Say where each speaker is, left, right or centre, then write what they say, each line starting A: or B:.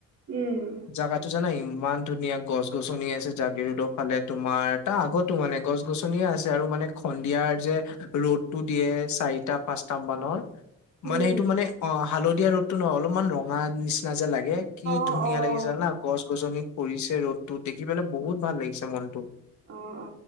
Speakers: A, on the right; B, on the left.
A: উম
B: জাগাতো জানা ইমান ধুনীয়া গছ গছনি আছে জাগিৰুডৰ ফালে তোমাৰ তা আগত টো মানে গছ গছনিয়ে আছে আৰু মানে সন্ধিয়াৰ যে ৰ'দটো দিয়ে চাৰিটা পাঁচটাম মানৰ
A: উম
B: মানে সেইটো মানে অ হালধীয়া ৰ'দতটো ন অলপমান ৰঙা নিচিনা যে লাগে কি
A: অ
B: ধুনীয়া
A: অ
B: লাগিছে জানা গছ গছনিত পৰিছে ৰ'দতটো দেখি পেলাই বহুত ভাল লাগিছে মনটো
A: অ অ